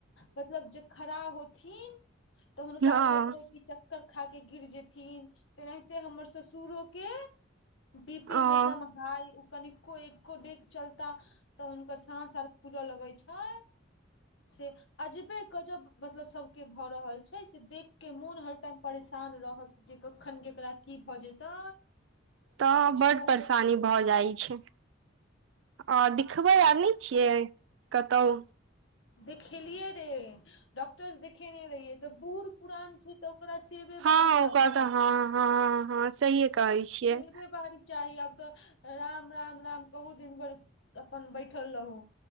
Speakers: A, on the left (about 65°); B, on the right (about 65°).
A: मतलब जे खड़ा होथिन। तऽ हुनका
B: हँ
A: लगै इत रह कि च। चक्कर खाके गिर जेथिन तेनाहिते हमर ससुरो के बी पी
B: हँ
A: हरदम हाय। कनिको एकको डेग चलता तऽ हुनकर सास आर फूलऽ लगे छै। से। अजबे क जब मतलब सभके भऽ रहल छै, से देख के मोन हर टाइम परेशान रहत। कखन केकरा की भऽ जेतै।
B: तऽ
A: से किछु
B: बड़
A: कहय
B: परेशानी
A: के नहि
B: भऽ जाइ छै। आ दिखबै आर नहि छियै कतहु?
A: देखेलियै रे, डॉक्टर देखेने रहियै तऽ बूढ़-पुरान छै। तऽ ओकरा सेबे
B: हँ
A: बारी न
B: ओकर
A: चाही।
B: तऽ हँ, हँ। सहिए कहै छियै
A: छबे बारी चाही आब तऽ राम, राम, राम कहू दिन भरि अपन बैठल रहू।